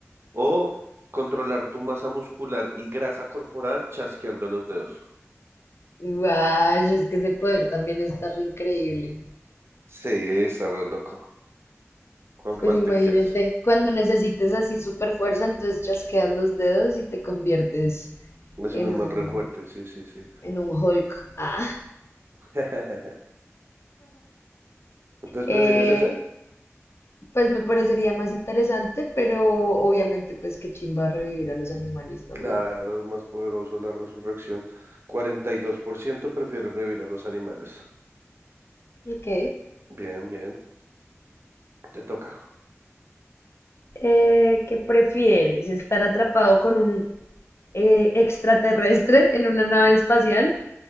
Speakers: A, on the right; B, on the left.
A: O controlar tu masa muscular y grasa corporal chasqueando los dedos.
B: Guay, es que ese poder también está re increíble.
A: Sí, está re loco. ¿Con cuál
B: Pues imagínate,
A: te quedas?
B: cuando necesites así super fuerza, entonces chasqueas los dedos y te conviertes
A: Es
B: en
A: un
B: un,
A: man re fuerte, sí, sí, sí.
B: en un Hulk. Ah.
A: <laughs> Entonces, ¿prefieres
B: Eh,
A: ese?
B: pues me parecería más interesante, pero obviamente pues que chimba revivir a los animales también.
A: Claro, es más poderoso la resurrección. cuarenta y dos por ciento prefiere revivir a los animales.
B: Ok.
A: Bien, bien, te toca.
B: Eh, ¿qué prefieres? ¿Estar atrapado con un eh, extraterrestre en una nave espacial